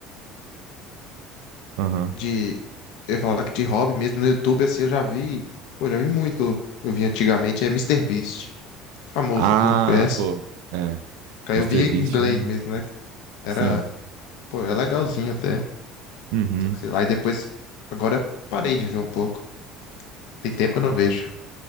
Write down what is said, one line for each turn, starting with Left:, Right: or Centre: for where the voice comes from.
Right: Aham.
Left: de eu ia que de hobby mesmo no YouTube assim, eu já vi, pô, já vi muito. Eu vi antigamente é Mister Beast, famoso,
Right: Ah,
Left: todo mundo conhece.
Right: pô, é,
Left: Aí
Right: Mister
Left: eu via
Right: Beast
Left: em inglês
Right: é... um,
Left: mesmo, né? Era
Right: sim.
Left: Pô, é legalzinho até.
Right: Uhum.
Left: Só que sei lá, e depois. Agora eu parei de ver um pouco. Tem tempo que eu não vejo.